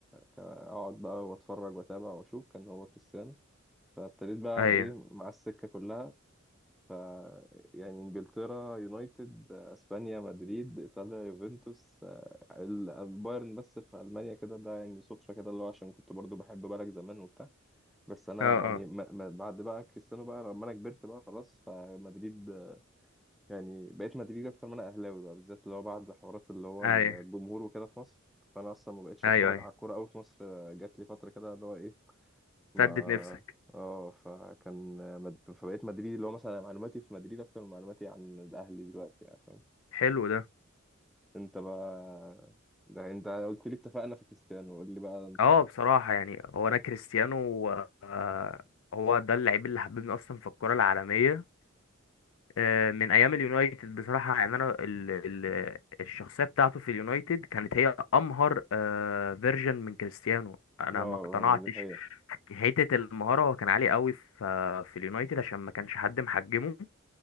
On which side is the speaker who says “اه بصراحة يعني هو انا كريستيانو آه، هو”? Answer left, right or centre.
Left